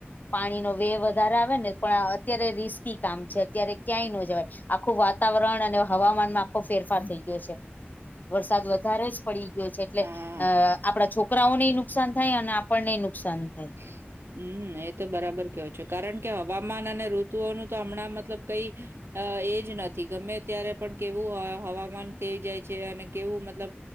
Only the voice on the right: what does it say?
હા.
<inaudible> મમ્મ એ તો બરાબર કેવ છો, કારણ કે હવામાન અને ઋતુઓનુ તો હમણાં મતલબ કઈ અ એજ નથી ગમે ત્યારે પણ કેવું અવ હવામાન થઈ જાય છે, અને કેવું મતલબ